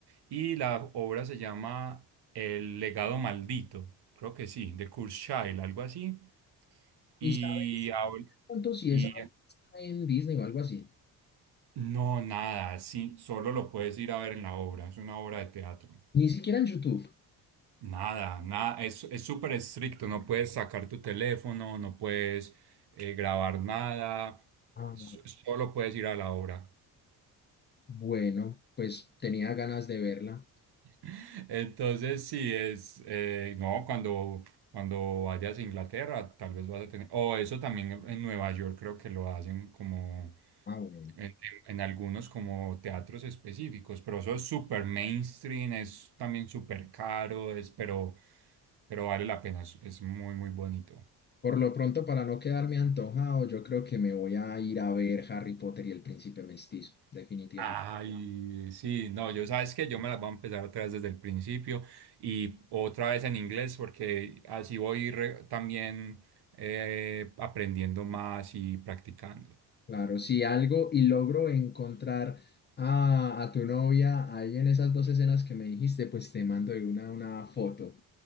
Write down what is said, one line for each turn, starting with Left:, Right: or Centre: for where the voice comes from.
Right: Y la obra se llama El legado maldito, creo que sí, de Kurzweil, algo así. Y,
Left: ¿Y sabes
Right: habla-
Left: cuánto si
Right: y
Left: esa obra está en Disney o algo así?
Right: No, nada, sí, solo lo puedes ir a ver en la obra, es una obra de teatro.
Left: Ni siquiera en YouTube.
Right: Nada, nada, es, es súper estricto, no puedes sacar tu teléfono, no puedes eh, grabar nada,
Left: Ah,
Right: so- solo puedes ir a la obra.
Left: bueno, pues tenía ganas de verla.
Right: <laughs> Entonces, sí, es, eh, no, cuando, cuando vayas a Inglaterra, tal vez vas a tener, o eso también en Nueva York creo que lo hacen como...
Left: Ah, bueno.
Right: en, en algunos como teatros específicos, pero eso es súper mainstream, es también súper caro, es, pero, pero vale la pena, es, es muy, muy bonito.
Left: Por lo pronto, para no quedarme antojado, yo creo que me voy a ir a ver Harry Potter y el Príncipe Mestizo, definitivamente.
Right: Ay, sí, no, yo sabes que yo me las voy a empezar otra vez desde el principio y otra vez en inglés porque así voy re- también eh, aprendiendo más y practicando.
Left: Claro, si algo y logro encontrar a, a tu novia ahí en esas dos escenas que me dijiste, pues te mando de una, una foto.